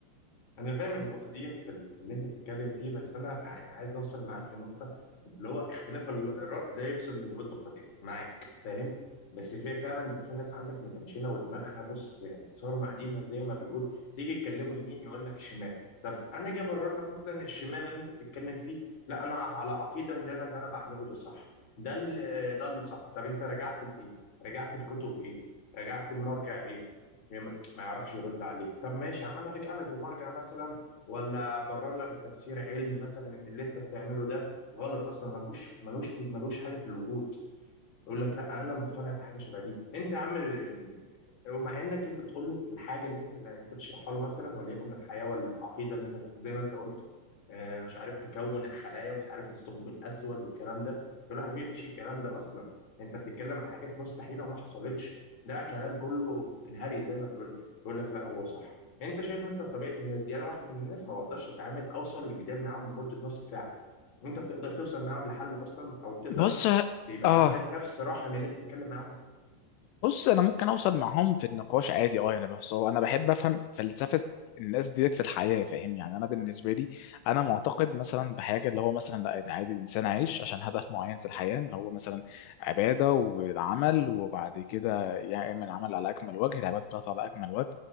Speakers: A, on the left; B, on the left.
A: انا فاهم النقطه دي في ال- اللي انت بتتكلم فيه بس انا يعني عايز اوصل معاك لنقطه اللي هو اختلاف ال- الراي لا يفسد للود قضيه معاك فاهم بس في فعلا انت في ناس عندك متنشنه ودماغها بص يعني صارمه قديمه زي ما بيقول تيجي يتكلموا يمين يقول لك شمال طب انا اجي ابرر لك مثلا الشمال اللي انت بتتكلم فيه لا انا على عقيده ان انا اللي انا بعمله ده صح ده اللي ده اللي صح طب انت رجعت لايه رجعت الكتب ايه رجعت المرجع ايه ما يعرفش يرد عليك طب ماشي يا عم انا هرجع لك بمرجع مثلا ولا ابرر لك بتفسير علمي مثلا ان اللي انت بتعمله ده غلط اصلا ملهوش ملوش ملوش حاجه في الوجود يقول لك لا انا مقتنع بحاجه شبه دي انت يا عم ال- ومع انك انت بتقول له الحاجه اللي انت اللي انت بتشرحها له مثلا وليكن الحياه ولا العقيده انت زي ما انت قلت آه، مش عارف تكون الخلايا ومش عارف الثقب الاسود والكلام ده تقول له يا حبيبي مفيش الكلام ده اصلا انت بتتكلم عن حاجات مستحيله وما حصلتش ده كلام كله في الهري زي ما بيقول لك بيقول لك لا هو صح انت شايف مثلا طبيعه الناس دي انا واحد من الناس ما بقدرش اتعامل اوصل لجدال معاهم لمده نص ساعه وانت بتقدر توصل معاهم لحل اصلا او بتقدر
B: بص
A: يبقى
B: اه
A: عندك نفس رحم اللي انت بتتكلم معاهم
B: بص انا ممكن اوصل معاهم في النقاش عادي اه يعني بس هو انا بحب افهم فلسفه الناس ديت في الحياه فاهم يعني انا بالنسبه لي انا معتقد مثلا بحاجه اللي هو مثلا لا إن عادي الانسان عايش عشان هدف معين في الحياه ان هو مثلا عباده والعمل وبعد كده يعمل عمل على اكمل وجه العباده بتاعته على اكمل وجه